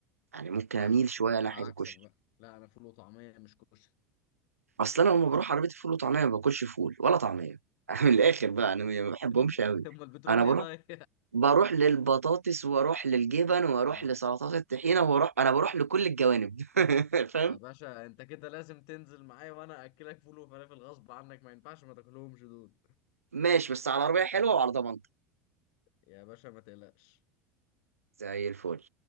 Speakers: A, on the right (about 85°); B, on the left (about 55°).
A: يعني ممكن
B: لا
A: اميل شوية
B: آه.
A: ناحية
B: انا عكسك
A: الكشري
B: بقى لا انا فول وطعمية مش كشري
A: اصل انا لما بروح عربية فول وطعمية ما باكلش فول ولا طعمية <laughs> من الاخر بقى انا ما بحبهمش
B: <laughs>
A: قوي
B: امال بتروح
A: انا
B: ليه
A: بروح
B: طيب
A: بروح للبطاطس واروح للجبن
B: <laughs>
A: واروح
B: اه
A: لسلطات الطحينة واروح انا بروح لكل الجوانب <laughs> فاهم
B: يا باشا انت كده لازم تنزل معايا وانا اكلك فول وفلافل غصب عنك ما ينفعش ما تاكلهمش دول
A: ماشي بس على عربية حلوة وعلى ضمان
B: يا باشا ما تقلقش
A: زي الفل